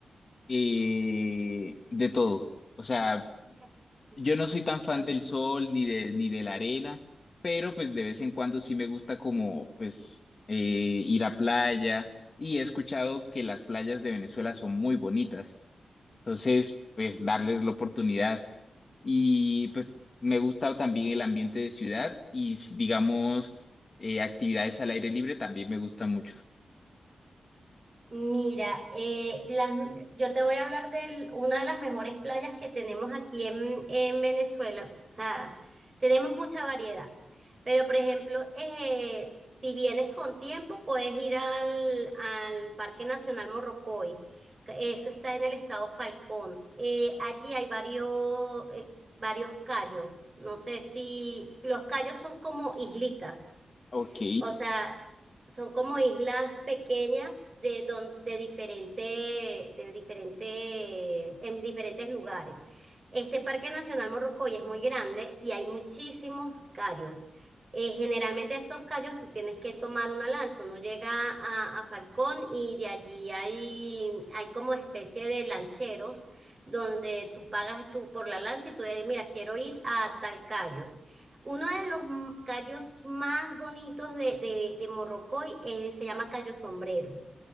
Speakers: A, on the left; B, on the right.
A: eh, de todo. O sea,
B: <laughs>
A: yo no soy tan fan
B: Ok.
A: del sol ni de, ni de la arena, pero pues de vez en cuando sí me gusta como pues eh, ir a playa y he escuchado que las playas de Venezuela son muy bonitas. Entonces, pues darles la oportunidad. Y pues me gusta también el ambiente de ciudad y s- digamos eh, actividades al aire libre también me gustan mucho.
B: Mira, eh, las- yo te voy a hablar de una de las mejores playas que tenemos aquí en, en Venezuela. O sea, tenemos mucha variedad. Pero, por ejemplo, eh, si vienes con tiempo, puedes ir al, al Parque Nacional Morrocoy. que Eso está en el estado Falcón. Eh, allí hay varios, eh, varios cayos. No sé si los cayos son como islitas.
A: Ok,
B: O sea, son como islas pequeñas de donde de diferente, de diferente, en diferentes lugares. Este Parque Nacional Morrocoy es muy grande y hay muchísimos callos. Eh, generalmente estos callos tú tienes que tomar una lancha, uno llega a, a Falcón y de allí hay, hay como especie de lancheros donde tú pagas tú por la lancha y tú dices, mira, quiero ir a tal callo. Uno de los m- callos más bonitos de, de, de Morrocoy eh, se llama callo sombrero.